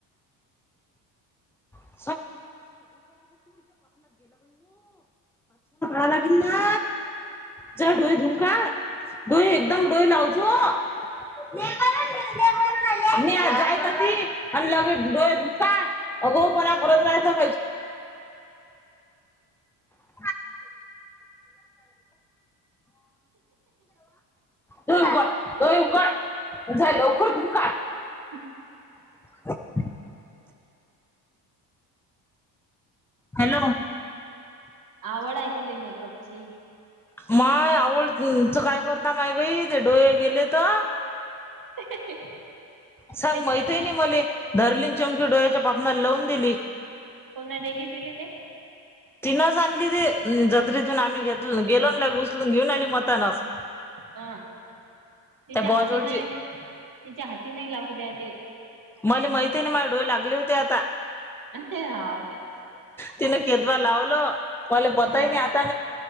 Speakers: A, on the right (about 40°); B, in the centre.
A: <inaudible>
B: <unintelligible> <inaudible> आला की ना जा डोळे धुन काढ, डोळे एकदम डोळे लावतो. <unintelligible> लगेच डोळे धु <unintelligible> आगाऊपणा करत जायचं <inaudible> <inaudible> डोळे उघड, जा लवकर धून काढ.
A: <inaudible>
B: <inaudible> हॅलो!
A: आवड आहे तिले मेकअपची.
B: माय आवडच काय करता माय बाई ते डोळे गेले तर
A: ते
B: सांग बाई
A: चमचे
B: तेने मले. धरलीन चमकी डोळ्याच्या पापनाला लवून दिली.
A: कोणा दिले तिला ते?
B: तिनच आणली ते जत्रेतून आम्ही घेतलो गेलो आन लय उसलून घेऊन आली मतानास
A: हा तिच्या
B: त्या बॉजवळची
A: हाती नाही तिच्या हाती नाही लागू द्या ते.
B: मले माहिती ही नाही माझे डोळे लागले होते आता.
A: अरे हाव काय.
B: तिने केदवा लावलं मला बताय
A: अ
B: नाही आता